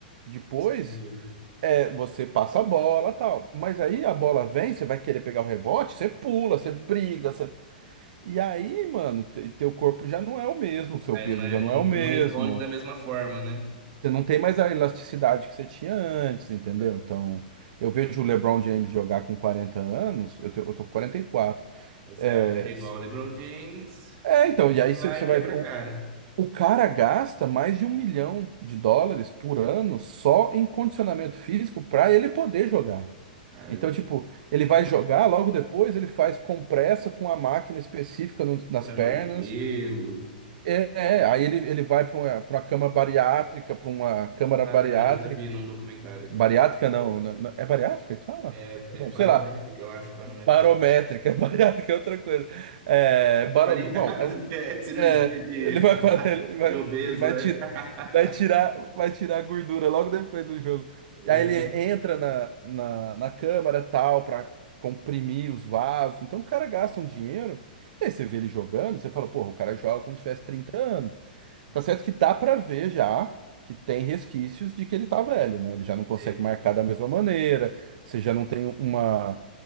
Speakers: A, on the right; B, on the right.
A: Depois,
B: Entendi.
A: é, você passa a bola, tal. Mas aí a bola vem, você vai querer pegar o rebote, você pula, você briga, E aí, mano, te- teu corpo já não é o mesmo, seu
B: É,
A: peso
B: não, é,
A: já não
B: não,
A: é o mesmo.
B: não responde da mesma forma, né?
A: Você não tem mais a elasticidade que você tinha antes, entendeu?
B: Exato.
A: Então, eu vejo o LeBron James jogar com 40 anos, eu, te- eu tô com 44.
B: Aí você
A: É,
B: acha que é igual
A: s-
B: o LeBron James,
A: é, então, e aí você
B: vai
A: você
B: e quebra
A: vai ver. O,
B: a cara.
A: o cara gasta mais de um milhão de dólares por ano só em condicionamento físico para ele poder jogar.
B: Caramba.
A: Então, tipo, ele vai jogar, logo depois ele faz compressa com a máquina específica no- nas
B: Entra
A: pernas.
B: no gelo.
A: É, é, aí ele, ele vai para uma, para uma cama bariátrica, para uma câmara
B: Na
A: bariátrica.
B: verdade, eu já vi num documentário ele
A: Bariátrica
B: falando.
A: não, não- não- é bariátrica que fala?
B: É,
A: Bom,
B: é barométrica,
A: sei lá,
B: eu acho, barométrica.
A: barométrica, <laughs> bariátrica é outra coisa. É, barô,
B: Variado,
A: bom, é,
B: que é cirurgia
A: é,
B: de,
A: ele vai, fazer- ele vai,
B: de obeso,
A: ele vai,
B: é.
A: tirar,
B: <laughs>
A: vai tirar, vai tirar a gordura logo depois do jogo.
B: Uhum.
A: E aí ele entra na, na, na câmara tal, para comprimir os vasos. Então o cara gasta um dinheiro, e aí você vê ele jogando, você fala, porra, o cara joga como se tivesse 30 anos. Tá certo que dá pra ver já que tem resquícios de que ele tá velho, né? Ele já não consegue
B: Sei,
A: marcar
B: sei.
A: da mesma maneira, você já não tem uma,